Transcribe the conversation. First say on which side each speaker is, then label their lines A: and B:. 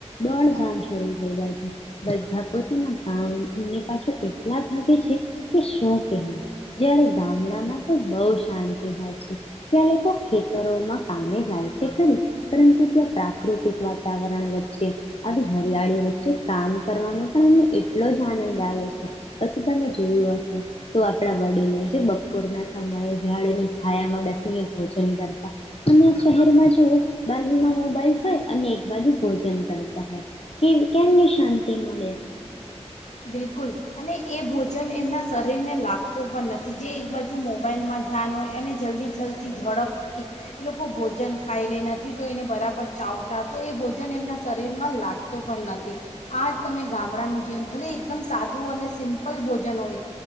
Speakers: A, on the left (about 55°); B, on the left (about 85°).
A: દોડધામ શરૂ થઈ જાય છે, બધા પોતાના કામની પાછળ એટલા ભાગે છે કે શું કહેવું, જ્યારે ગામડામાં તો બહુ શાંતિ હોય છે. ત્યાં લોકો ખેતરોમાં કામે જાય છે ખરી, પરંતુ ત્યાં પ્રાકૃતિક વાતાવરણ વચ્ચે, આવી હરિયાળી વચ્ચે કામ કરવાનો પણ એમને એટલો જ આનંદ આવે છે, પછી તમે જોયું હશે તો આપણા વડીલો જે બપોરના સમયે ઝાડની છાયામાં બેસ સી ને ભોજન કરતા અને આ શહેરમાં જોઓ બાજુમાં મોબાઈલ હોય અને એક બાજુ ભોજન કરતા હોય. કે કેમની શાંતિ મળે?
B: બિલકુલ, અને એ ભોજન એમના શરીરને લાગતું પણ નથી. જે એક બાજુ મોબાઈલમાં ધ્યાન હોય અને જલ્દી જલ્દી ઝડપ થી એ લોકો ભોજન ખાઈ લે નથી તો એને બરાબર ચાવતા તો એ ભોજન એમના શરીરમાં લાગતું પણ નથી. આ તમે ગામડાનું જેમ ભલે એકદમ સાદું અને સિમ્પલ ભોજન હોય